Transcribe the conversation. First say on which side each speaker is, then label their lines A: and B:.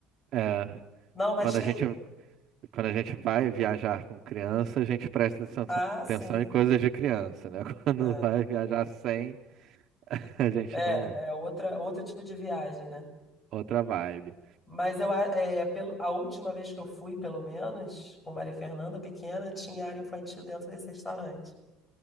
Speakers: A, on the right; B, on the left.
A: É,
B: Não, mas
A: quando
B: tem.
A: a gente Quando a gente vai viajar com criança, a gente presta atenção
B: Ah, sim.
A: atenção em coisas de criança, né? <laughs> Quando
B: É,
A: vai viajar sem, a gente
B: é,
A: não.
B: é outra, outro tipo de viagem, né?
A: Outra vibe.
B: Mas eu, a- é, pelo, a última vez que eu fui, pelo menos, com Maria Fernanda pequena, tinha área infantil dentro desse restaurante.